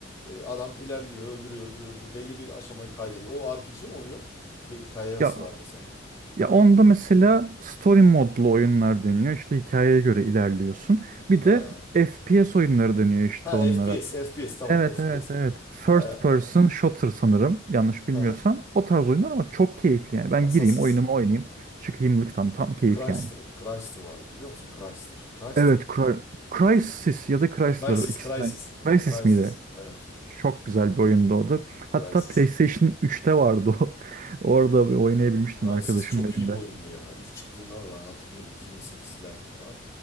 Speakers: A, on the left (about 15°); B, on the right (about 45°).
A: e, adam ilerliyor, öldürüyor, öldürüyor, öldürüyor. Belli bir aşamayı kaydediyor. O RPG mi oluyor? Bir hikayesi
B: Ya
A: var mesela.
B: ya onda mesela story modlu oyunlar deniyor. İşte hikayeye göre ilerliyorsun. Bir
A: He.
B: de FPS oyunları deniyor işte
A: Ha
B: onlara.
A: FPS, FPS tamam
B: Evet
A: FPS.
B: evet evet. First
A: Ee,
B: person shooter sanırım yanlış bilmiyorsam.
A: hı hı.
B: O tarz oyunlar ama çok keyifli yani. Ben
A: Assassin's
B: gireyim oyunumu oynayayım. Çıkayımlık tam tam keyif
A: Chrysler,
B: yani.
A: Chrysler vardı biliyor musun? Chrysler. Chrysler.
B: Evet
A: mı?
B: Cry- Crysis ya da Chrysler
A: Crysis,
B: ikisinden.
A: Crysis.
B: Crysis
A: Crysis.
B: miydi?
A: Evet,
B: Çok güzel bir oyundu o da. Hatta
A: Crysis.
B: PlayStation 3'te vardı o. <laughs> Orada bir oynayabilmiştim
A: Crysis
B: arkadaşımın
A: çok
B: evinde.
A: iyi bir oyundu ya. İlk çıktığında ben hatırlıyorum 2008'ler falan.